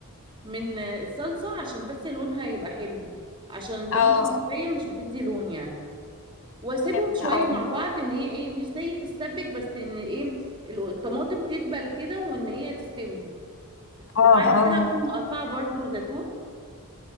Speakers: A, on the right (about 20°); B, on the left (about 60°).
A: من الصلصه عشان بس لونها يبقى حلو عشان الطماطم
B: اه
A: المطبيه مش بتدي لون يعني واسيبهم
B: فهمت
A: شويه
B: اه
A: مع بعض ان هي ايه مش زي تتسبك بس ان ايه الطماطم تدبل كده وان هي تستوي
B: اه
A: وبعد
B: اه
A: كده اكون مقطعه برضو زيتون